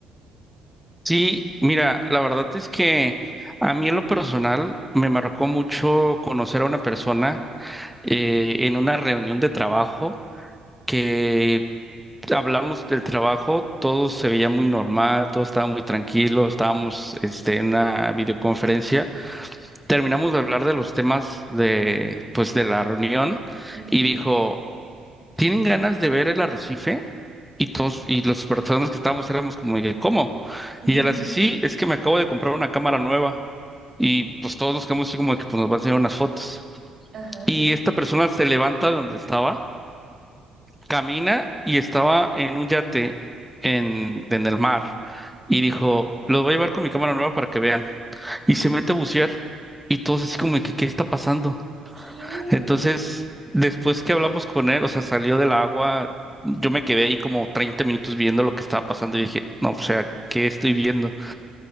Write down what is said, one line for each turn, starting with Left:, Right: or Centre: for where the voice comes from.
Centre: Sí, mira, la verdad es que a mí en lo personal me marcó mucho conocer a una persona eh, en una reunión de trabajo que hablamos del trabajo, todo se veía muy normal, todo estaba muy tranquilo, estábamos este, en una videoconferencia, terminamos de hablar de los temas de, pues, de la reunión
Right: Ujú.
Centre: y dijo, ¿tienen ganas de ver el arrecife? Y todos, y las personas que estábamos éramos como, de, ¿cómo?
Right: <laughs>
Centre: Y ella le dice, sí, es que me acabo de comprar una cámara nueva. y pues todos nos quedamos así como de que pues, nos van a enseñar unas fotos.
Right: Ajá.
Centre: Y esta persona se levanta de donde estaba, camina y estaba en un yate en, en el mar y dijo, los voy a llevar con mi cámara nueva para que vean. Y se mete a bucear y todos así como de que, ¿qué está pasando?
Right: ¿Qué?
Centre: Entonces, después que hablamos con él, o sea, salió del agua, yo me quedé ahí como 30 minutos viendo lo que estaba pasando y dije, no, o sea, ¿qué estoy viendo?